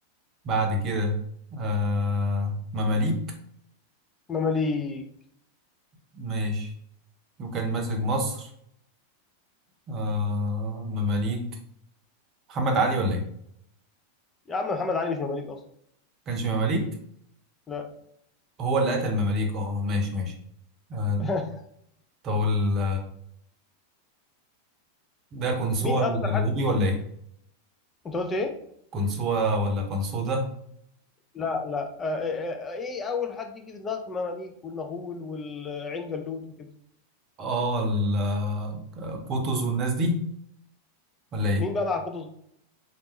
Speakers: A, on the right (about 35°); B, on the left (about 20°).
A: بعد كده آه مماليك
B: مماليك
A: ماشي وكان ماسك مصر آه مماليك محمد علي ولا ايه؟
B: يا عم محمد علي مش مماليك اصلا
A: كانش مماليك
B: لا
A: هو اللي قتل المماليك اه ماشي ماشي آه
B: <laughs>
A: طب وال- ده قنصوة
B: مين اكتر
A: الغوري
B: حد
A: ولا ايه؟
B: انت قلت ايه
A: قنصوة ولا قنصوة
B: لا لا آه، آه، آه، ايه اول حد يجي في دماغك مماليك والمغول والعين جالوت وكده
A: اه ال- آه، قطز والناس دي ولا ايه؟
B: مين بقى مع قطز